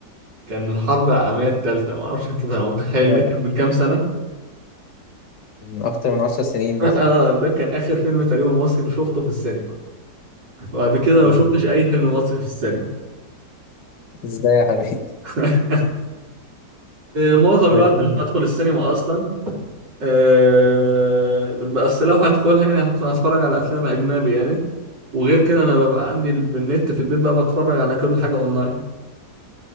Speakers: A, on the right; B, on the left.
A: كان الحرب العالميه الثالثه ما اعرفش انت متخيل
B: لا لا
A: ده كان من كام سنه
B: من اكتر من عشر سنين
A: <laughs>
B: مثلا
A: اه ده كان اخر فيلم تقريبا مصري شفته في السينما بعد كده
B: آه،
A: ما شفتش اي فيلم مصري في السينما
B: ازاي يا حبيبي
A: <laughs> معظم
B: <laughs>
A: الوقت
B: ده فيلم.
A: مش بدخل السينما اصلا أه بس لو هدخلها يعني هت- هتفرج على افلام اجنبي يعني وغير كده انا ببقى عندي ال- النت في البيت بقى بتفرج على كل حاجه اونلاين